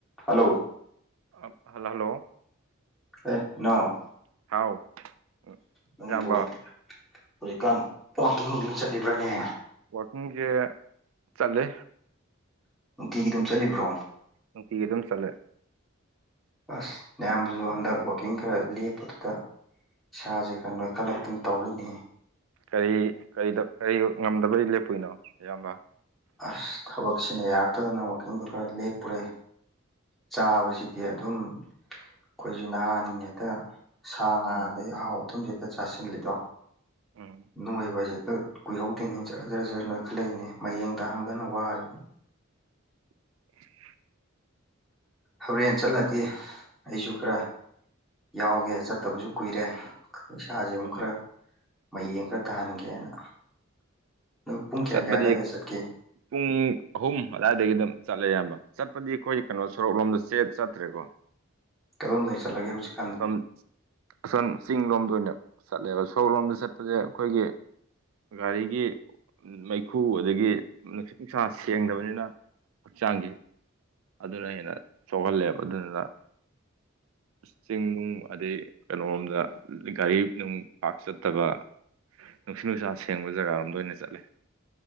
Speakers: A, in the centre; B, on the right (about 80°).
A: hello
B: hello hello
A: ꯑꯦ ꯅ <inaudible>
B: ꯍꯥꯎ ꯎꯝ,
A: ꯅꯪꯕꯨ
B: ꯏꯌꯥꯝꯕ
A: ꯍꯧꯖꯤꯛꯀꯥꯟ ꯋꯥꯛꯀꯤꯡ ꯅꯨꯡꯀꯤꯡ ꯑꯗꯨꯝ ꯆꯠꯂꯤꯕ꯭ꯔꯅꯦ
B: ꯋꯥꯛꯀꯤꯡꯁꯦ ꯆꯠꯂ
A: ꯅꯨꯡꯇꯤꯒꯤ ꯑꯗꯨꯝ ꯆꯠꯂꯤꯕ꯭ꯔꯣ
B: ꯅꯨꯡꯇꯤꯒꯤ ꯑꯗꯨꯝ ꯆꯠꯂꯦ
A: ꯑꯁ ꯅꯌꯥꯝꯕꯁꯨ ꯍꯟꯗꯛ ꯋꯥꯛꯀꯤꯡ ꯈꯔ ꯂꯦꯞꯄꯗꯨꯗ ꯏꯁꯥꯁꯦ ꯈꯔ ꯅꯣꯏꯈꯠꯂꯛꯇꯅ ꯇꯧꯔꯤꯅꯤ
B: ꯀꯔꯤ ꯀꯔꯤꯗ ꯀꯔꯤ ꯉꯝꯗꯕꯩ ꯂꯦꯞꯄꯨꯏꯅꯣ ꯏꯌꯥꯝꯕ
A: ꯑꯁ ꯊꯕꯛꯁꯤꯅ ꯌꯥꯔꯛꯇꯗꯅ ꯋꯥꯛꯀꯤꯡꯗꯣ ꯈꯔ ꯂꯦꯞꯄꯨꯔꯦ ꯆꯥꯕꯁꯤꯗꯤ ꯑꯗꯨꯝ ꯑꯩꯈꯣꯏꯁꯨ ꯅꯍꯥꯅꯤꯅꯥ ꯍꯦꯛꯇ ꯁꯥ ꯉꯥ
B: ꯎꯝ
A: ꯑꯗꯩ ꯑꯍꯥꯎ ꯑꯊꯨꯝꯁꯤꯗ ꯆꯥꯁꯤꯜꯂꯤꯗꯣ
B: ꯎꯝ
A: ꯅꯣꯏꯕ ꯍꯥꯏꯁꯤ ꯍꯦꯛꯇꯥ ꯀꯨꯏꯍꯧꯗꯦꯅꯤ ꯖꯔ ꯖꯔ ꯅꯣꯏꯈꯠꯂꯛꯏꯅꯦ ꯃꯌꯦꯡ ꯇꯥꯍꯝꯗꯅ ꯋꯥꯔꯤꯕ
B: <inaudible>
A: ꯍꯣꯔꯦꯟ ꯆꯠꯂꯗꯤ ꯑꯩꯁꯨ ꯈꯔ ꯌꯥꯎꯒꯦ ꯆꯠꯇꯕꯁꯨ ꯀꯨꯏꯔꯦ ꯈ ꯏꯁꯥꯁꯦ
B: ꯍꯣꯏ
A: ꯑꯃꯨꯛ ꯈꯔ
B: ꯍꯣꯏ
A: ꯃꯌꯦꯡ ꯈꯔ ꯇꯥꯍꯟꯒꯦꯅ ꯑꯗꯨ ꯄꯨꯡ ꯀꯌꯥ
B: ꯆꯠꯄꯗꯤ
A: ꯀꯌꯥ ꯑꯋꯥꯏꯗ ꯆꯠꯀꯦ
B: ꯄꯨꯡ ꯑꯍꯨꯝ ꯑꯗꯨꯋꯥꯏꯗꯒꯤ ꯑꯗꯨꯝ ꯆꯠꯂꯦ ꯑꯌꯥꯝꯕ ꯆꯠꯄꯗꯤ ꯑꯩꯈꯣꯏ ꯀꯩꯅꯣ ꯁꯣꯔꯣꯛꯂꯣꯝꯗ ꯆꯦꯠ ꯆꯠꯇ꯭ꯔꯦꯀꯣ
A: ꯀꯗꯣꯝꯗꯩ ꯆꯠꯂꯒꯦ ꯍꯧꯖꯤꯛ
B: ꯑꯝ ꯑꯁꯣꯝ ꯆꯤꯡ ꯂꯣꯝꯗ ꯑꯣꯏꯅ ꯆꯠꯂꯦꯕ ꯁꯣꯔꯣꯛ ꯂꯣꯝꯗ ꯆꯠꯄꯁꯦ ꯑꯩꯈꯣꯏꯒꯤ ꯒꯥꯔꯤꯒꯤ ꯃꯩꯈꯨ ꯑꯗꯒꯤ ꯅꯨꯡꯁꯤꯠ ꯅꯨꯡꯁꯥ ꯁꯦꯡꯗꯕꯅꯤꯅ ꯍꯛꯆꯥꯡꯒꯤ ꯑꯗꯨꯅ ꯍꯦꯟꯅ ꯁꯣꯛꯍꯜꯂꯦꯕ ꯑꯗꯨꯗꯨꯅ ꯆꯤꯡ ꯅꯨꯡ ꯑꯗꯩ ꯀꯩꯅꯣꯔꯣꯝꯗ ꯒꯥꯔꯤ ꯅꯨꯡ ꯄꯥꯛ ꯆꯠꯇꯕ ꯅꯨꯡꯁꯤꯠ ꯅꯨꯡꯁꯥ ꯁꯦꯡꯕ ꯖꯒꯥꯔꯣꯝꯗ ꯑꯣꯏꯅ ꯆꯠꯂꯦ